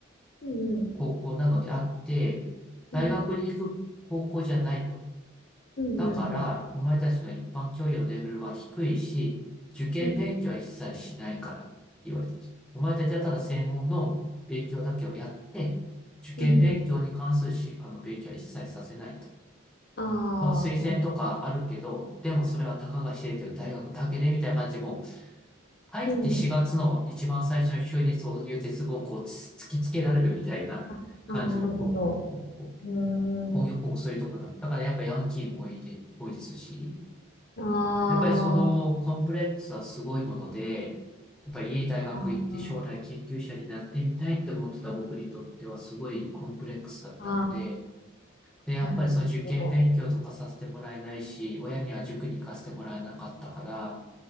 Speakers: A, on the left; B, in the centre.
A: うん、
B: 高校なのであって、大学に行く高校じゃないと。
A: うん、うん、
B: だから、
A: うん、うん、
B: お前たちの一般教養のレベルは低いし、受験勉強は一切しないからって言われたんです。
A: うん、
B: お前たちはただ専門の勉強だけをやって、受験勉強に関するし、
A: うん、うん。
B: あの勉強は一切させないと。
A: あ
B: まあ、推薦とかあるけど、
A: あ、なるほど。
B: でもそれはたかが知れてる大学だけでみたいな感じで、もう入って4月の一番最初に急にそういう絶望をこうつ突きつけられるみたいな感じの、
A: うんあ、あー、なるほど。
B: こう、こう、こう、こう、
A: うーん。
B: 工業高校そういうところなんだ。だからやっぱヤンキーも多いで、多いですし、
A: あ
B: やっぱりそのコンプレックスはすごいもので、
A: ー
B: やっぱりいい大学行って将来研究者になってみたいって思ってた僕にとってはすごいコンプレックスだったので、
A: あー、あ
B: で、やっぱりその受験勉強とかさせてもらえないし、
A: ーなるほど。
B: 親には塾に行かせてもらえなかったから、